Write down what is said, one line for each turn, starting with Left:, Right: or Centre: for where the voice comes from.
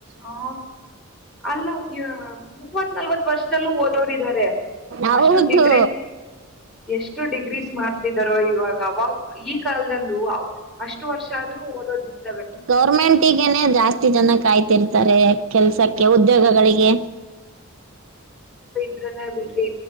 Centre: ಆ ಅಲ್ಲ ಹೋಗಿಯಾ ಮೂವತ್ ನಲ್ವತ್ ವರ್ಷದಲ್ಲೂ ಓದೋರಿದ್ದಾರೆ
Right: ಹೌದು
Centre: ಅಷ್ಟು ಡಿಗ್ರಿ ಎಷ್ಟು ಡಿಗ್ರೀಸ್ ಮಾಡ ಇದರೊ ಇವಾಗ ಅವಾಗ ಈ ಕಾಲದಲ್ಲೂ ಅಷ್ಟು ವರ್ಷ ಆದ್ರೂ ಓದೋದಿತ್ತು
Right: ಗೌರ್ಮೆಂಟ್ ಗನೆ ಜಾಸ್ತಿ ಜನಕ್ ಆಯ್ತ ತಿರ್ತಾರೆ ಕೆಲ್ಸಕ್ಕೆ ಉದ್ಯೋಗಗಳಿಗೆ
Centre: ಇದನ್ನೇ ಬಿಡ್ರಿ